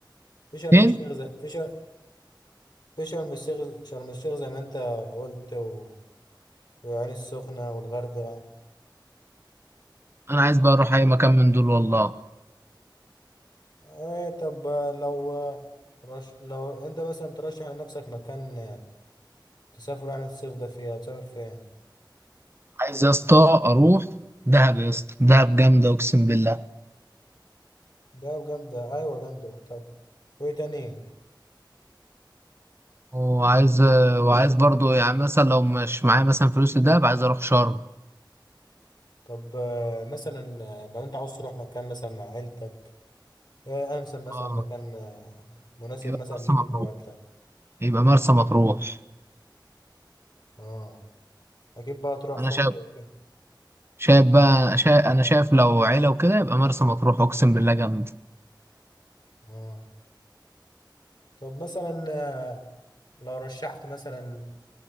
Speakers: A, on the left (about 65°); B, on the right (about 30°).
A: في شرم
B: فين
A: الشيخ زي في شر في شرم الشيخ شرم الشيخ زي ما انت قلت و... وعين السخنة والغردقة
B: انا عايز بقى اروح اي مكان من دول والله
A: ايه طب لو رش... لو انت مثلا ترشح لنفسك مكان تسافر يعني الصيف ده فيها تسافر فين
B: عايز يا اسطى اروح دهب يا اسطى دهب جامده اقسم بالله
A: ده جامدة أيوة جامدة طب وإيه تاني
B: وعايز وعايز برضو يعني مثلا لو مش معايا مثلا فلوس لدهب عايز اروح شرم
A: طب آه، مثلا آه، لو أنت عاوز تروح مكان مثلا مع عيلتك إيه أنسب مثلا
B: اه
A: مكان آه، مناسب
B: يبقى
A: مثلا
B: مرسى
A: ليك
B: مطروح
A: أنت وعيلتك
B: يبقى مرسى مطروح
A: أه أكيد بقى تروح فندق
B: انا شايف
A: وكده
B: شايف بقى شايف انا شايف لو عيله وكده يبقى مرسى مطروح اقسم بالله جامده
A: أه طب مثلا آه، لو رشحت مثلا